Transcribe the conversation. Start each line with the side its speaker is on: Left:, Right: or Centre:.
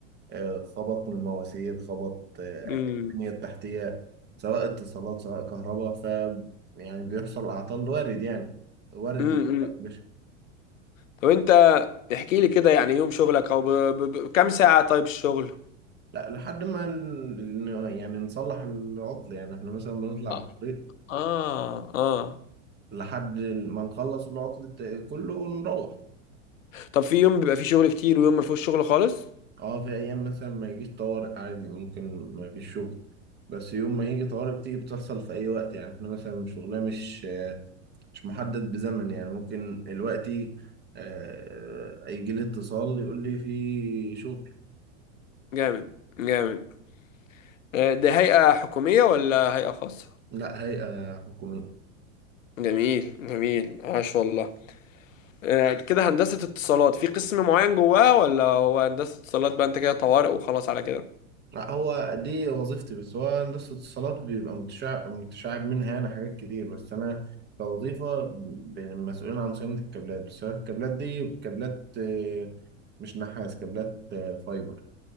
Right: آه، خبط من المواسير خبط آه،
Left: امم
Right: البنية التحتية سواء اتصالات سواء كهرباء ف يعني بيحصل أعطال وارد يعني وارد
Left: امم
Right: الخطأ يا باشا
Left: طب انت احكي لي كده يعني يوم شغلك او ب... ب... ب... كام ساعة طيب الشغل
Right: لا لحد ما ال- يعني نصلح العطل يعني احنا مثلا بنطلع
Left: اه
Right: الطريق
Left: اه آه.
Right: لحد ما نخلص العطل الت- كله ونروح
Left: طب في يوم بيبقى فيه شغل كتير ويوم ما فيهوش شغل خالص
Right: اه في أيام مثلا ما يجيش طوارئ عادي ممكن ما فيش شغل بس يوم ما يجي طوارئ بتيجي بتحصل في أي وقت يعني احنا مثلا شغلنا مش مش محدد بزمن يعني ممكن دلوقتي آه، يجي لي اتصال يقول لي في شغل
Left: جامد جامد آه، ده هيئة حكومية ولا هيئة خاصة
Right: لا هيئة حكومية
Left: جميل جميل عاش والله آه، كده هندسة اتصالات في قسم معين جواه ولا هو هندسة اتصالات بقى انت كده طوارئ وخلاص على كده
Right: لا هو دي وظيفتي بس هو هندسة اتصالات بيبقى متشعب متشعب منها يعني حاجات كتير بس أنا كوظيفة ب- مسؤولين عن صيانة الكابلات بس الكابلات دي كابلات آه، مش نحاس كابلات آه، فايبر